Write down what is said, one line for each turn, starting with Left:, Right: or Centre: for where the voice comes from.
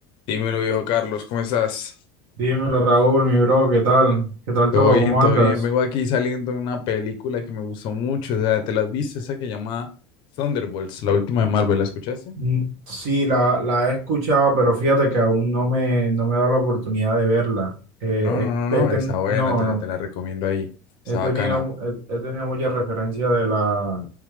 Left: Dímelo, viejo Carlos, ¿cómo estás?
Right: Dímelo, Raúl, mi bro, ¿qué tal? ¿Qué tal
Left: Todo
Right: todo?
Left: bien,
Right: ¿Cómo
Left: todo
Right: andas?
Left: bien. Vengo aquí saliendo de una película que me gustó mucho. O sea, ¿te la has visto? Esa que llama Thunderbolts, la última de Marvel. ¿La escuchaste?
Right: Mm, Sí, la, la he escuchado, pero fíjate que aún no me, no me he dado la oportunidad de verla. Eh,
Left: No, no, no, no,
Right: he- he ten-
Left: Esa buena,
Right: no,
Left: te la,
Right: no,
Left: te la recomiendo ahí, está
Right: he tenido,
Left: bacana.
Right: mu- he, he tenido muchas referencias de la,